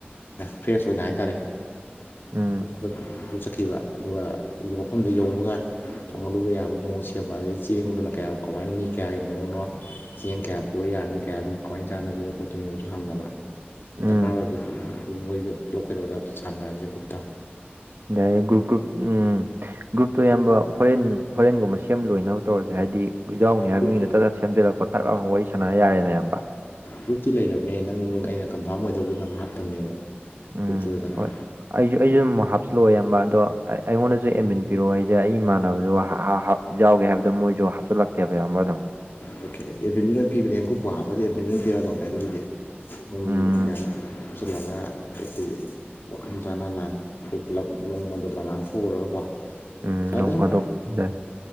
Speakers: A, on the left (about 65°); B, on the right (about 65°).
A: <unintelligible> ꯐ꯭ꯔꯦꯁ ꯑꯣꯏꯅ ꯍꯥꯏ ꯇꯔꯦ
B: ꯎꯝ
A: ꯈꯠ ꯆꯠꯈꯤꯕ ꯑꯗꯨꯒ ꯃꯐꯝꯗꯨ ꯌꯧꯕꯒ ꯊꯣꯡꯍꯜꯂꯨꯕ ꯌꯥꯕꯒꯤ ꯃꯑꯣꯡ ꯁꯦꯝꯕ ꯑꯗꯗꯒꯤ ꯆꯦꯡꯗꯨꯅ ꯀꯌꯥ ꯀꯃꯥꯏꯅ ꯃꯤ ꯀꯌꯥꯒꯤ ꯃꯑꯣꯡꯅꯣ ꯆꯦꯡ ꯀꯌꯥ ꯄꯨꯔ ꯌꯥꯅꯤ ꯀꯌꯥ ꯀꯃꯥꯏꯅ ꯆꯥꯟꯅꯗꯣꯏꯅꯣ ꯈꯣꯠꯇꯣꯏꯅꯣꯁꯨ ꯍꯪꯅꯕ
B: ꯎꯝ
A: ꯗꯔꯀꯥꯔ ꯑꯣꯏꯕ ꯑꯗꯨ ꯃꯣꯏꯗꯣ ꯄꯨꯂꯞ ꯀꯩꯅꯣꯗ ꯁꯥꯟꯅꯔꯁꯦ ꯀꯨꯞꯇ
B: ꯌꯥꯏꯦ ꯒ꯭ꯔꯨꯞ ꯎꯝ ꯒ꯭ꯔꯨꯞꯇꯣ ꯑꯌꯥꯝꯕ ꯍꯣꯔꯦꯟ ꯍꯣꯔꯦꯟꯒꯨꯝꯕ ꯁꯦꯝ ꯂꯣꯏꯅꯕ ꯇꯧꯔꯁꯦ ꯍꯥꯏꯗꯤ ꯌꯥꯎꯅꯤ ꯍꯥꯏꯕ
A: ꯒ꯭ꯔꯨꯞ
B: ꯃꯤꯗꯨ ꯇ ꯁꯦꯝꯖꯂꯒ ꯈꯣꯠꯇꯥꯛ ꯂꯥꯎꯅ ꯋꯥꯔꯤ ꯁꯥꯥꯟꯅ ꯌꯥꯔꯦꯅ ꯏꯌꯥꯝꯕ
A: ꯒ꯭ꯔꯨꯞꯇꯤ ꯂꯩꯔꯕꯅꯦ ꯅꯪ ꯑꯩꯅ ꯀꯟꯐꯥꯔꯝ ꯑꯣꯏꯗꯕꯗꯨꯅꯪ ꯍꯥꯞꯇꯕꯅꯦꯕ
B: ꯎꯝ
A: ꯒ꯭ꯔꯨꯞꯇꯨꯗ ꯅꯪ
B: ꯍꯣꯏ ꯑꯩꯁꯨ ꯑꯩꯁꯨ ꯑꯃꯨꯛ ꯍꯥꯞꯆꯤꯜꯂꯛꯑꯣ ꯏꯌꯥꯝꯕ ꯑꯗꯣ ꯑꯩꯉꯣꯟꯗꯁꯨ ꯑꯦꯝꯕꯤꯟ ꯄꯤꯔꯛꯑꯣ ꯑꯩꯁꯦ ꯑꯩ ꯏꯃꯅꯕꯁꯨ ꯌꯥꯎꯒꯦ ꯍꯥꯏꯕꯗꯣ ꯃꯣꯏꯁꯨ ꯍꯥꯞꯆꯤꯜꯂꯛꯀꯦꯕ ꯌꯥꯝꯕ ꯑꯗꯨꯝ
A: ꯑꯣꯀꯦ ꯑꯦꯗꯃꯤ ꯑꯃ ꯄꯤꯕꯅꯦ ꯑꯪꯒꯨꯞꯄ ꯍꯥꯞꯕꯗꯤ ꯑꯦꯗꯃꯤꯠ ꯂꯣꯏ ꯄꯤꯔꯗꯧꯅꯦ ꯑꯗꯨꯒꯤꯗꯤ ꯑꯗꯨꯝ
B: ꯎꯝ
A: ꯌꯥꯅꯤ ꯆꯂꯒ <unintelligible> ꯋꯥꯈꯜ ꯆꯥꯅꯅ ꯑꯩꯈꯣꯏ ꯄꯨꯂꯞ ꯅꯣꯡꯃꯗꯨꯗ ꯂꯥꯡꯊꯣꯛꯎꯔꯒꯀꯣ
B: ꯎꯝ ꯅꯣꯡ
A: ꯗ ꯁꯨꯝ
B: ꯐꯥꯗꯣꯛ ꯌꯥꯏ.